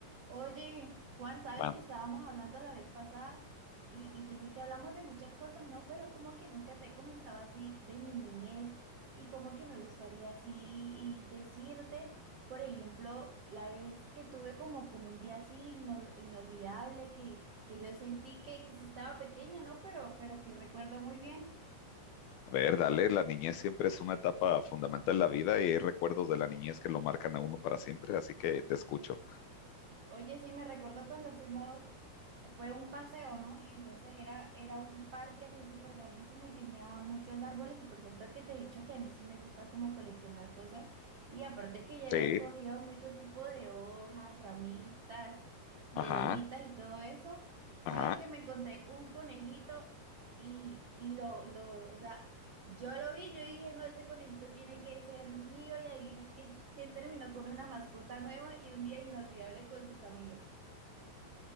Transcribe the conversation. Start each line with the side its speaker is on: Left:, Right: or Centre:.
Right: Oye, Juan, sabes
Left: Va-
Right: que estábamos hablando la vez pasada y, y yo sé que hablamos de muchas cosas, ¿no? Pero como que nunca te he comentado así de mi niñez y como que me gustaría así y decirte, por ejemplo, la vez que tuve como, como un día así inol- inolvidable que, que yo sentí que, que sí estaba pequeña, ¿no? Pero, pero que recuerdo muy bien.
Left: A ver, dale, la niñez siempre es una etapa fundamental en la vida y hay recuerdos de la niñez que lo marcan a uno para siempre, así que te escucho.
Right: Oye, sí, me recordó cuando fuimos fue un paseo, ¿no? Y entonces era, era un parque así súper grandísimo y tenía muchos árboles. Y por cierto que te he dicho que a mí sí me gusta como coleccionar cosas. Y aparte que ya había
Left: Sí,
Right: escogido mucho tipo de hojas, ramitas, piedritas
Left: ajá,
Right: y todo eso. ¿Sabes
Left: ajá.
Right: que me encontré un conejito y, y lo, lo, o sea, yo lo vi, yo dije, no, ese conejito tiene que ser mío. Y adivinen quién quién terminó con una mascota nueva y un día inolvidable con sus amigos.